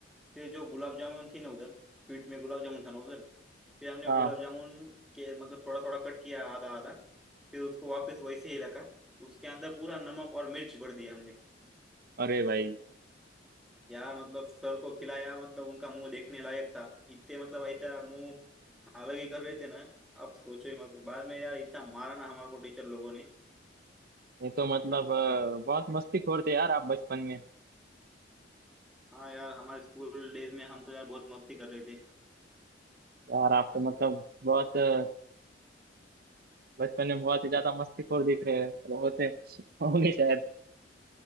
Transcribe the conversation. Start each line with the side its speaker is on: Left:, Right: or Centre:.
Centre: फिर जो गुलाब जामुन थी ना उधर स्वीट में गुलाब जामुन था ना उधर फिर हमने
Right: हाँ
Centre: गुलाब जामुन के मतलब थोड़ा थोड़ा कट किया आधा आधा फिर उसको वापस वैसे ही रखा उसके अंदर पूरा नमक और मिर्च भर दिया हमने
Right: अरे भाई
Centre: यार मतलब सर को खिलाया मतलब उनका मुंह देखने लायक था इतने मतलब ऐसा मुंह अलग ही कर रहे थे ना आप सोचो ही मत बाद में यार इतना मारा ना हमारे को टीचर लोगों ने
Right: ये तो मतलब अ, बहुत मस्तीखोर थे यार आप बचपन में
Centre: हाँ यार हमारे स्कूल डेज में हम तो यार बहुत मस्ती कर रहे थे
Right: यार आप तो मतलब बहुत अ, बचपन में बहुत ही ज्यादा मस्तीखोर दिख रहे हो होते <laughs> होंगे शायद